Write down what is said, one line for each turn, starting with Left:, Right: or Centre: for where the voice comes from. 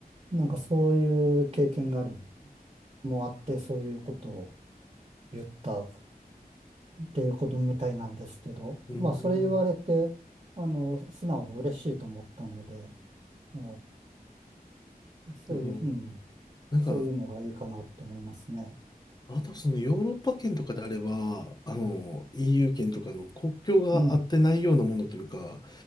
Right: なんかそういう経験がある、もあって、そういうことを言ったっていうことみたいなんですけど、
Left: うーん。
Right: まあそれ言われて、あの、素直に嬉しいと思ったので、えーそういう、
Left: でも、
Right: うん、
Left: なんか、
Right: そういうのがいいかなって思いますね。
Left: あとそのヨーロッパ圏とかであれば、あの、EU 圏とかの国境があってないようなものというか、
Right: うん、